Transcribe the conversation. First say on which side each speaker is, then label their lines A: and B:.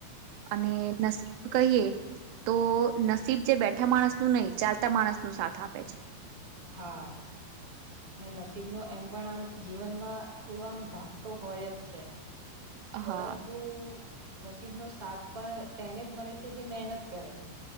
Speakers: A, on the right; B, on the right.
A: અને નસીબ કહીએ. તો નસીબ જે બેઠા માણસ નું નહી ચાલતા માણસ નું સાથ આપે છે.
B: હા. અને નસીબનો એમ પણ આમ જીવનમાં થોડો આમ ભાગતો હોય જ છે. પરંતુ
A: હા
B: નસીબનોો સાથ પણ તેને જ મળે છે જે મહેનત કરે છે.